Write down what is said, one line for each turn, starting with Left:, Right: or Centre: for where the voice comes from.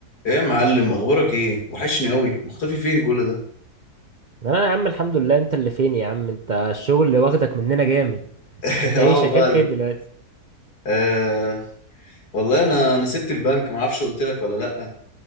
Left: ايه يا معلم اخبارك ايه وحشني قوي مختفي فين كل ده
Right: انا يا عم الحمد لله انت اللي فين يا عم انت الشغل اللي واخدك مننا جامد
Left: <laughs>
Right: انت
Left: اه
Right: ايه شغال
Left: بقى
Right: فين
Left: ال-
Right: دلوقتي
Left: آه والله انا انا سبت البنك ما اعرفش قلت لك ولا لا